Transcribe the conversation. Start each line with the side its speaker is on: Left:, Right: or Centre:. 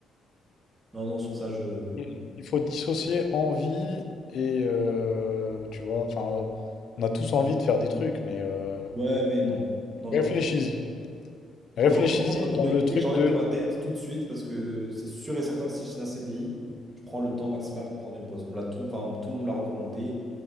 Right: Non, non, sur ça, je.
Left: Mm. Il faut dissocier envie et euh, tu vois, enfin, on a tous envie de faire des trucs, mais euh,
Right: Ouais, mais non. Non,
Left: réfléchis-y.
Right: non.
Left: Réfléchis-y
Right: Non, franchement, non,
Left: dans
Right: j'ai
Left: le
Right: une idée
Left: truc
Right: que j'enlève
Left: de
Right: de ma tête tout de suite parce que c'est sûr et certain que si je signe un CDI, je prends le temps maximal pour prendre une pause. On me l'a tout, enfin, tout le monde me l'a recommandé,